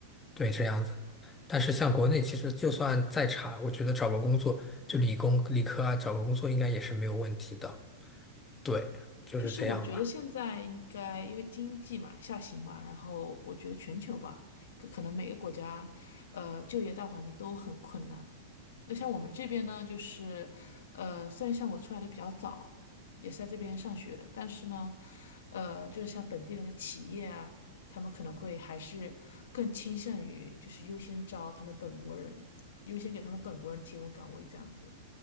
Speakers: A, on the left; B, on the left.
A: 对，这样子。但是像国内，其实就算再差，我觉得找个工作，就理工、理科啊，找个工作应该也是没有问题的。对，就是这样吧。
B: 其实我觉得现在应该因为经济嘛下行嘛，然后我觉得全球吧，可可能每个国家，呃，就业大环境都很困难。那像我们这边呢，就是，呃，虽然像我出来的比较早，也是在这边上学的，但是呢，呃，就是像本地人的企业啊，他们可能会还是更倾向于就是优先招他们本国人，优先给他们本国人提供岗位这样子。